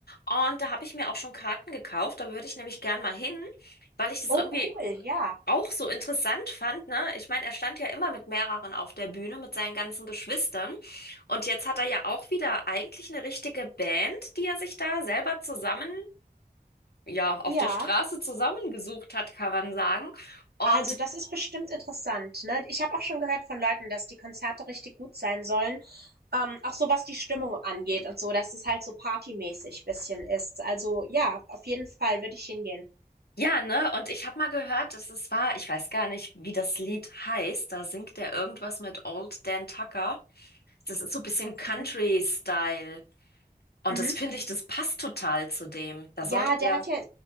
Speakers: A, on the left; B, on the right.
A: Und da habe ich mir auch schon Karten gekauft. Da würde ich nämlich gern mal hin, weil ich das
B: Oh,
A: irgendwie
B: cool, ja.
A: auch so interessant fand, ne? Ich meine, er stand ja immer mit mehreren auf der Bühne, mit seinen ganzen Geschwistern. Und jetzt hat er ja auch wieder eigentlich eine richtige Band, die er sich da selber zusammen, ja, auf
B: Ja.
A: der Straße zusammengesucht hat, kann man sagen. Und
B: Also, das ist bestimmt interessant, ne? Ich habe auch schon gehört von Leuten, dass die Konzerte richtig gut sein sollen. Ähm, auch so was die Stimmung angeht und so, dass es halt so partymäßig bisschen ist. Also, ja, auf jeden Fall würde ich hingehen.
A: ja, ne? Und ich habe mal gehört, dass es war, ich weiß gar nicht, wie das Lied heißt. Da singt er irgendwas mit Old Dan Tucker. Das ist so ein bisschen Country-Style.
B: Mhm.
A: Und
B: Mhm.
A: das finde ich, das passt total zu dem. Da sollte
B: Ja, der
A: der.
B: hat ja